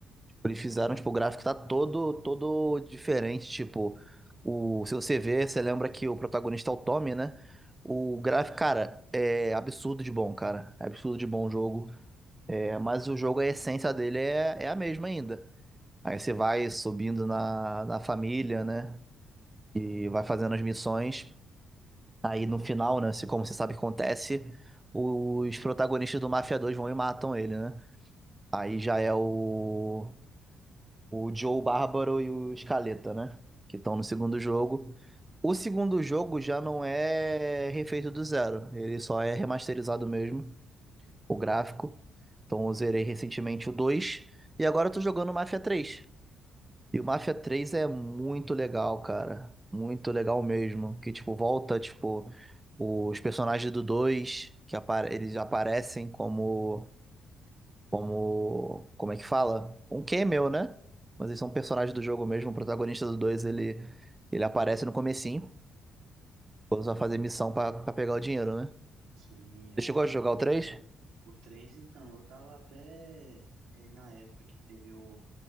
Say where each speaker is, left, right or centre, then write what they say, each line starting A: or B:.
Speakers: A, on the right; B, on the right.
A: Tipo, eles fizeram,
B: Hum,
A: tipo, o gráfico tá todo, todo diferente. Tipo, o, se você vê, você lembra que o protagonista é o Tommy, né? O gráfico, cara, é absurdo de bom, cara. É absurdo de bom o jogo. É,
B: Ah,
A: mas
B: tá.
A: o jogo, a essência dele é, é a mesma ainda. Aí você vai subindo na, na família, né? e vai fazendo as missões. Aí
B: Não.
A: no final, né? se- Como você sabe que acontece, os protagonistas do Mafia dois vão e matam ele, né? Aí já é o, o Joe Bárbaro e o Escaleta, né? Que estão no segundo jogo. O segundo jogo já não é refeito do zero, ele só é remasterizado mesmo, o gráfico. Então eu zerei recentemente o 2 e agora eu tô jogando o Mafia três e o Mafia três é muito legal, cara. Muito legal mesmo. Que, tipo, volta, tipo, os personagens do 2 que apare eles aparecem como, como, como é que fala? Um cameo, né? Mas eles são personagens do jogo mesmo. O protagonista do 2 ele, ele aparece no comecinho, quando você vai fazer missão pra, pra pegar o dinheiro, né?
B: Sim, é,
A: Você chegou a jogar o três?
B: O 3 então, eu tava até, eh, na época que teve o,